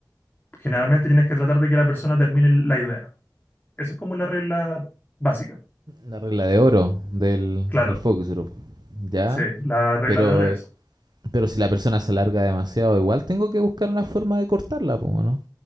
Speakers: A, on the left; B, on the right.
A: Generalmente tienes que tratar de que la persona termine la idea. Esa es como la regla básica.
B: La regla de oro del,
A: Claro,
B: del focus group. Ya,
A: sí, la regla
B: pero,
A: de oro es.
B: pero si la persona se alarga demasiado, igual tengo que buscar una forma de cortarla, po, ¿no?